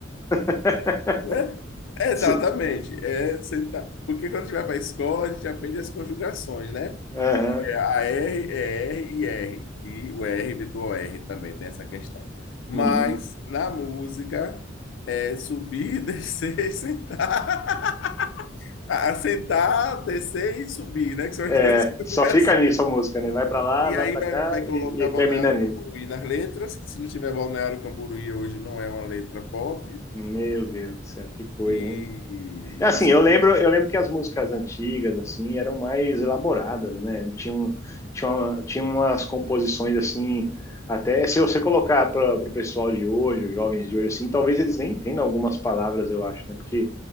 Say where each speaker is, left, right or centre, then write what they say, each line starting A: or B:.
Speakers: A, on the left (about 15°); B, on the left (about 70°).
A: <laughs>
B: <laughs> né? Exatamente.
A: Se-
B: É sentar. Porque quando a gente vai para a escola, a gente aprende as conjugações, né?
A: Aham,
B: É A R é R e R, que o R vem do O r também, tem essa questão. Mas
A: uhum.
B: na música é subir, <laughs> descer, e sentar. <laughs> Ah, Sentar, descer e subir, né? Que são as
A: É,
B: três conjugações.
A: só fica nisso a música, né? Vai pra lá,
B: E
A: vai
B: aí
A: pra
B: vai,
A: cá
B: vai
A: e,
B: colocar
A: e
B: Balneário
A: termina nisso.
B: Camboriú nas letras, que se não tiver Balneário Camboriú hoje não é uma letra pop.
A: Meu Deus do céu, que coisa,
B: E,
A: hein? É
B: e
A: Assim,
B: é isso
A: eu
B: aí.
A: lembro, eu lembro que as músicas antigas assim eram mais elaboradas, né? Tinha, um- tinha, uma- tinha umas composições assim, até se você colocar para o pessoal de hoje, os jovens de hoje assim, talvez eles nem entendam algumas palavras, eu acho, né? Porque